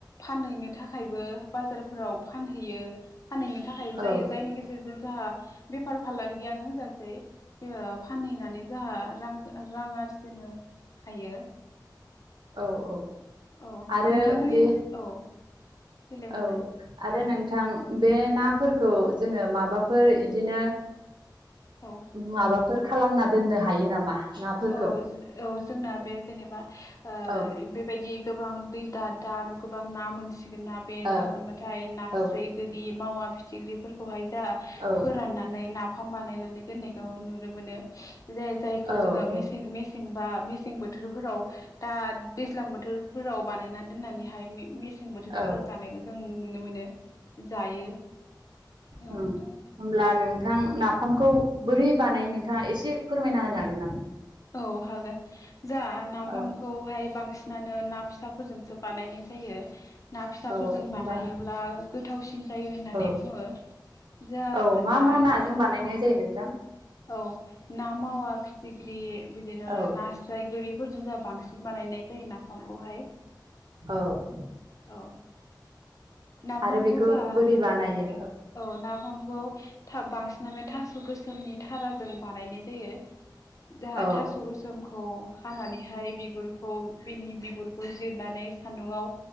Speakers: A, on the left; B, on the right.
A: फानहैनो थाखायबो बाजारफोराव फानहैयो। फानहैनो थाखायबो जायो
B: औ
A: जायनि गेजेरजों जाहा बेफार फालांगियानो होनजासै। यो फानहैनानै जाहा रां ओ रां आरजिनो हायो।
B: औ औ
A: औ
B: आरो
A: नोंथांमोननिस
B: बे
A: औ देलाय
B: औ
A: बुंलाय
B: आरो नों थां बे नाफोरखौ जोङो माबाफोर इदिनो
A: औ
B: उ माबाफोर खालामना दोननो हायो नामा? नाफोरखौ
A: औ जो औ जोंना बे जेनेबा ओ
B: औ
A: इ बेबायदि गोबां दै दा दानो गोबां ना मोनस सिगोन ना बे
B: औ
A: ना मोनबाथाय नास्रै,
B: औ
A: गोरि, मावा फिथिख्रिफोरखौहाय जाहा
B: औ
A: फोरानना नै नाफाम बानायनानै दोन्नायखौ नुनो मोनो जायोथाय
B: औ
A: जोङो मेसें मेसें बा मेसें बोथोरफोराव दा दैज्लां बोथोरफोराव बानायनानै दोननानैहाय मेसें बोथोरफोराव
B: औ
A: जानाय जों नुनो मोनो जायो। औ
B: ओ होमल्बा
A: नोंथां
B: नोंथां नाफामखौ बोरै बानाय नोंथाङा एसे फोरमायना होनो हागोन नामा।
A: औ हागोन जा नाफामखौहाय
B: औ
A: बांसिन बिसिनानो ना फिसाफोरजोंसो बानायनाय जायो ना फिसाफोरजों
B: औ होमबा
A: बानायोब्ला गोथावसिन जायो होननानै
B: औ
A: बुङो जोंङा
B: औ मा
A: ओ
B: मा नाजों
A: ना
B: बानायनाय जायो नोंथां?
A: औ ना मावा फि फिग्रि बिदिनो
B: औ
A: नास्राय गोरिफोरजों जोंहा बांसिन बानायनाय जायो नाफामखौहाय।
B: औ
A: औ नाफामखौ
B: आरो बेखौ
A: जोंहा
B: बोरै बानायो
A: औ नाफ ओगौ बांसिनानो थास' गोसोमनि थाराजों बानायनाय जायो। दाहा
B: औ
A: थास' गोसोम ओ हानानैहाय बिगुरखौ बेनि बिगुरखौ जिरनानै सान्दुंआव